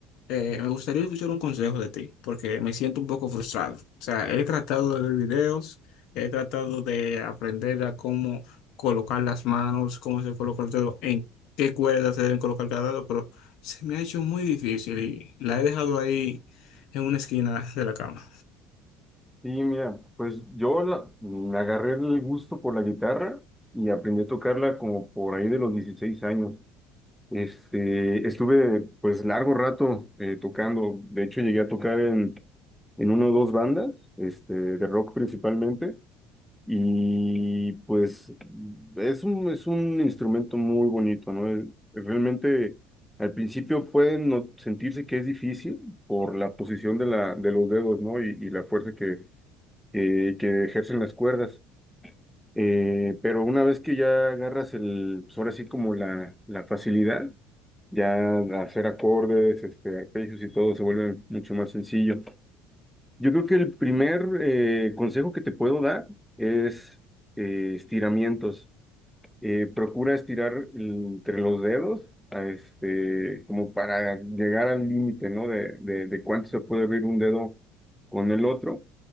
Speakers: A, on the left; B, in the centre.
A: eh, me gustaría escuchar un consejo de ti, porque me siento un poco frustrado. O sea, he tratado de ver videos, he tratado de aprender a cómo colocar las manos, cómo se coloca el dedo, en qué cuerdas se deben colocar cada dedo, pero se me ha hecho muy difícil y la he dejado ahí en una esquina de la cama.
B: Sí, mira, pues yo la- me agarré el gusto por la guitarra y aprendí a tocarla como por ahí de los 16 años. Este, estuve pues largo rato eh, tocando, de hecho llegué a tocar en, en una o dos bandas, este, de rock principalmente, Y pues es un, es un instrumento muy bonito, ¿no? Eh, Realmente al principio pueden no- sentirse que es difícil por la posición de, la, de los dedos, ¿no? Y, y la fuerza que, que, que ejercen las cuerdas. Eh, pero una vez que ya agarras el, pues ahora sí como la, la facilidad, ya hacer acordes, este, arpegios y todo se vuelve mucho más sencillo. Yo creo que el primer eh, consejo que te puedo dar es eh, estiramientos. Eh, procura estirar entre los dedos, a este, como para llegar al límite, ¿no? De, de, de cuánto se puede abrir un dedo con el otro.